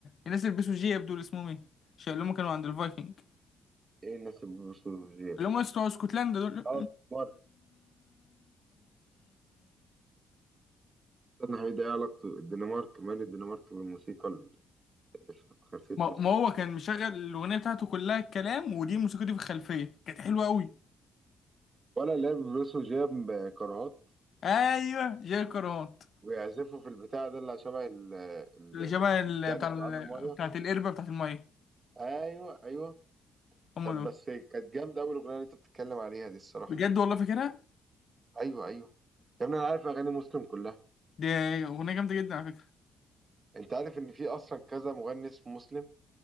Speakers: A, on the left (about 55°); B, on the right (about 35°).
A: الناس اللي بيلبسوا جياب دول اسمهم ايه؟ ش- اللي هم كانوا عند الفايكنج
B: ايه الناس البروسوفيجيه
A: اللي هم بتوع اسكتلندا دول
B: اه الدنمارك استنى حبيبي ايه علاقته الدنمارك مال الدنمارك بالموسيقى اللي في خلفيه
A: ما
B: مصر
A: ما هو كان مشغل الأغنية بتاعته كلها الكلام ودي الموسيقى دي في الخلفية كانت حلوة أوي
B: ولا اللي هي البروسوفيجيه بكرهات
A: أيوه جاي كرهات
B: ويعزفوا في البتاع ده اللي شبه ال ال-
A: اللي شبه ال-
B: البتاع
A: بتاع
B: اللي
A: ال-
B: بيتعبي ميه
A: بتاعت القربة بتاعت المية
B: ايوه ايوه
A: هم
B: طب
A: دول
B: بس كانت جامده اول اغنيه اللي انت بتتكلم عليها دي الصراحه
A: بجد والله فاكرها
B: ايوه ايوه يا ابني انا عارف اغاني مسلم كلها
A: دي أغنية جامدة جدا على فكرة
B: انت عارف ان في اصلا كذا مغني اسمه مسلم